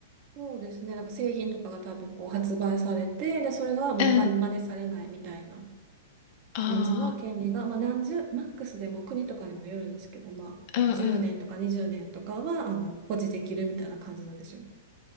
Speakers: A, on the right; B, on the left.
A: そうですね。なんか製品とかが多分こう発売されて、で、それがもう真似、
B: うん。
A: 真似されないみたいな
B: あ
A: 感じの権利が、まあ何十、マックスで、まあ国とかにもよるんですけど、まあ10年とか20年とかは、
B: あ、うんうん。
A: あの、保持できるみたいな感じなんですよ。